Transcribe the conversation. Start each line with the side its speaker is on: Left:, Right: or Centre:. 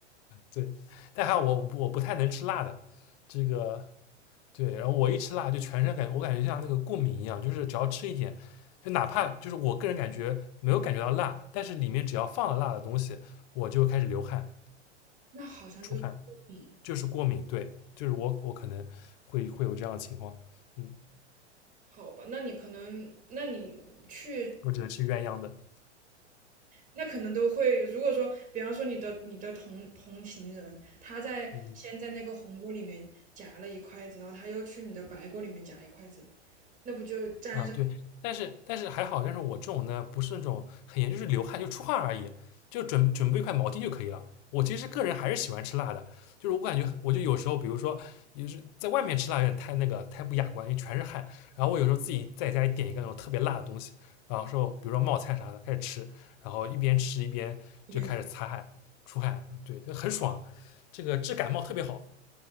Left: 对，但还有我我不太能吃辣的，这个对，然后我一吃辣就全身感觉我感觉像那个过敏一样，就是只要吃一点，就哪怕就是我个人感觉没有感觉到辣，但是里面只要放了辣的东西，我就开始流汗
Right: 那好像就是糯米，
Left: 出汗。就是过敏，对，就是我我可能会会有这样的情况，嗯，
Right: 好吧？那你可能那你去
Left: 我只能吃鸳鸯的，
Right: 那可能都会，如果说，比方说你的你的同同行人，他在先在那个红锅里面夹了一筷子，
Left: 嗯，
Right: 然后他又去你的白锅里面夹一筷子，那不就沾上
Left: 啊，对，但是但是还好，但是我这种呢，不是那种很严重，就是流汗就出汗而已，就准准备一块毛巾就可以了。我其实个人还是喜欢吃辣的，就是我感觉我就有时候，比如说也是在外面吃辣有点太那个太不雅观，因为全是汗。然后我有时候自己在家里点一个那种特别辣的东西，然后说比如说冒菜啥的开始吃，然后一边吃一边就开始擦汗出汗，
Right: 一点？
Left: 对，就很爽，这个治感冒特别好。